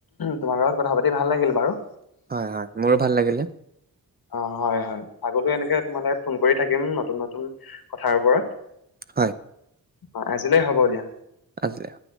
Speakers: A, on the left (about 70°); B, on the right (about 25°).
A: তোমাৰ লগত কথা পাতি ভাল লাগিল বাৰু।
B: হয়, হয়, মোৰো ভাল লাগিলে।
A: অ, হয়-হয় আগতে এনেকে সেইটোকে তোমালে ফোন কৰি থাকিম নতুন নতুন কথাৰ ওপৰত।
B: হয়।
A: অ, আজিলেই হ'ব দিয়া।
B: আজি অ',